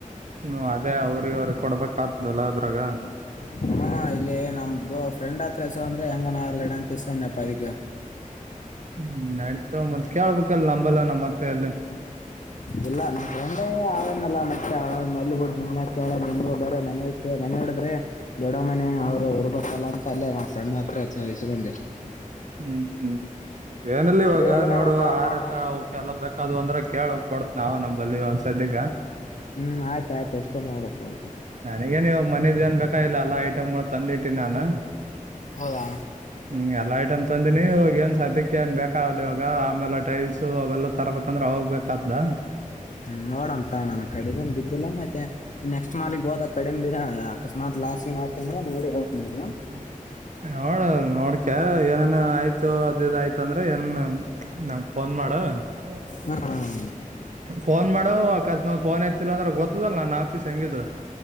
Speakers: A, on the right; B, on the left.
A: ಹ ಅದೇ ಅವ್ರಿಗೆ ಅವ್ರಿಗೆ ಕೊಡ್ಬೇಕ ಆ್ತದಲ್ಲ ಅದ್ರಾಗ
B: ಹ್ಮ್ ಇಲ್ಲಿ ನಮ್ದು ಫ್ರೆಂಡ್ ಹತ್ರ ಎಸವ ಅಂದ್ರೆ ಹೆಂಗನಲಡ ಅಂತಸತ ನ್ಯಪ್ಪಾ ಇದಗ
A: ಹ್ಮ್ ನಡತವ ಮ್ ಕೇಳ್ಬೇಕಲ್ ನಂಬಲ್ಲ ನಮ್ಮಲ್ಲಿ <inaudible>
B: ಇಲ್ಲ ನಮ್ಮ ಫ್ರೆಂಡೇ ಅವನ್ನಲ್ಲ ಮತ್ತೆ ಅಲ್ಲಿಬುಟ್ಟ ನಿನ್ನ ಕೇಳ ನಿಮು ಬರ ಮನೆ ಐತೆ ಮನೆ ಹಡಿದ್ರೆ ದೊಡ್ಡ ಮನೆ ಅವ ಇರ್ ಬಲ್ಲ ಅಂತ ಅಲ್ಲೇ ನ ಫ್ರಂಡ್ ಮಾತ್ರಸಗೊಂಡೆ
A: ಹ್ಮ್ ಹ್ಮ್ ಏನಲ್ಲ ಇವಾಗ
B: ಏನಿಲ್ಲ
A: ನೋಡು
B: ಇವಾಗ
A: ಆರಕ
B: ನೋಡು
A: ಕೆಲವ ಬೇಕಾದದು ಅಂದ್ರೆ ಕೇಳ ಕೊಡತ್ ನಾವವು ನಂಬಲ್ಲಿ ಇವಾಗ ಸಧ್ಯ್
B: ಹ್ಮ್ ಆಯ್ತ ಆಯ್ತು ಅಷ್ಟೇ ಮಾಡಪ್ಪಾ ಆಯ್ತ ಅಷ್ಟೇ
A: ನನಗ ನೀವಾಗ ಮನದ ಏನ್ ಬೇಕಾಗಿಲ್ಲ ಎಲ್ಲಾ ಐಟ್ಗಳು ತಂದಿಟ್ಟಿನಿ ನಾನು
B: ಹೌದಾ
A: ಹ್ಮ್ ಎಲ್ಲ ಐಟಮ್ ತಂದಿನಿ ಇ ಏನ್ ಸಧ್ಯಕ್ಕೆ ಏನ್ ಬೇಕಾಗಲಿ ಇವಾಗ ಆಮೇಲೆ ಟೈಲ್ಸ್ ಅವೆಲ್ಲ ತರಬೇಕಂದ್ರೆ ಹೋಗ್ಬೇಕಾದ್ದ
B: ಹ್ಮ್ ನೋಡಂತ ನಾನ ಕಡೆಗನು ಬಿದ್ದಿಲ್ಲ ಮತ್ತೆ ಈ ನೆಕ್ಸ್ಟ್ ಮಾಲಿಕ್ಗ್ ಹೋದಾಗ ಕಡಿಮೆಿರಾ ಅಕಸ್ಮತ್ ಲಾಸ್ ಏನ್ಯತ ಅಂದ್ರ ನೋಡಿತ್ ನಿಮಗ
A: ಹ್ಮ್ ನೋಡ ನೋಡ್ಕ ಏನನ್ ಆಯ್ತು ಅದದು ಆಯ್ತು ಅಂದ್ರೆ ಏನನ್ ನಂಗ ಫೋನ್ ಮಾಡ ಹ್ಮ
B: ಹ್ಮ್ ಹ್ಮ್
A: ಹ್ಮ ಫೋನ್ ಮಾಡೋ ಅಕಸ್ಮಾತ್ ಫೋ ಯತಿವ ಅಂದ್ರೆ ಗೊತ್ತದಲ್ಲ ನನ್ನ ಆಫೀಸ್ ಹೆಂಗಿದ್ರು